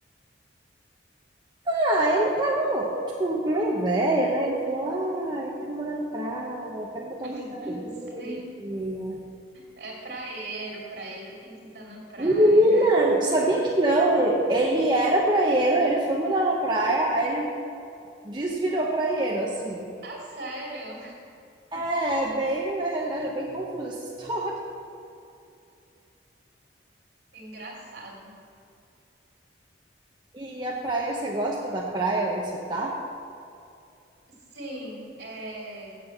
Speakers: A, on the right; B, on the right.
A: Ah, ele tava, tipo, meio velho, né? Ele falou: ah, eu quero morar na praia, eu quero botar o
B: <laughs>
A: pé na areia.
B: Sim, é praieiro, praieiro tem que estar na praia.
A: Menina, sabia que não? Ele era praieiro, ele foi morar na praia, aí ele desvirou praieiro, assim.
B: Ah, sério?
A: É bem, na realidade, é bem confusa essa <laughs> história.
B: Engraçado.
A: E a praia, você gosta da praia onde você tá?
B: Sim, é,